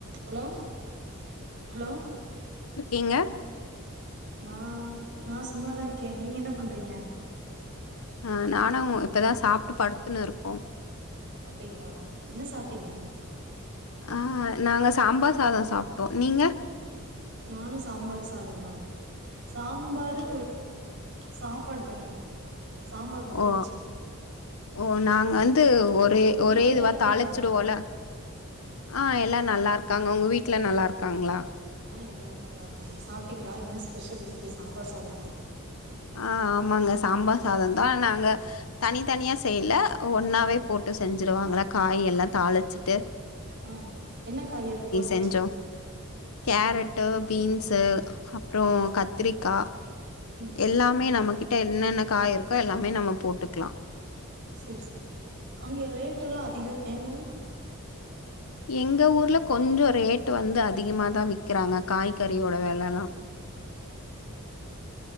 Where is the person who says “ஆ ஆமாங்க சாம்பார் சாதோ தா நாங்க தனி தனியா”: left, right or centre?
Left